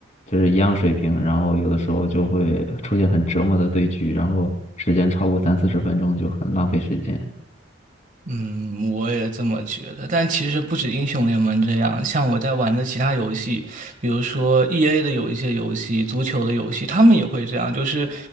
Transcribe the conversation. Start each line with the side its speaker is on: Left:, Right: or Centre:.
Left: 就是一样水平，然后有的时候就会出现很折磨的对局，然后时间超过三四十分钟就很浪费时间。
Right: 嗯，我也这么觉得。但其实不止英雄联盟这样，像我在玩的其他游戏，比如说 EA 的有一些游戏，足球的游戏，他们也会这样。就是